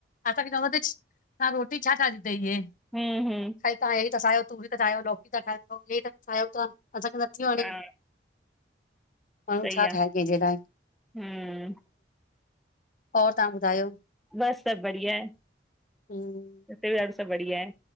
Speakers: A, on the left; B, in the centre.
A: असांखे चवां त तव्हां रोटी छा ठाही अथई इहे
B: हु हु
A: ता हे त ठायो तूरी था ठाहियो लोकी था ठायो हे त खायो था असांखे नथियूं वणे
B: हा
A: माण्हू
B: सही
A: छा
B: आ
A: ठाहे कंहिंजे लाइ
B: हम्म
A: और तव्हां ॿुधायो?
B: बस सभु बढ़िया आए।
A: हु
B: हुते बि ॾाो सभु बढ़िया आहे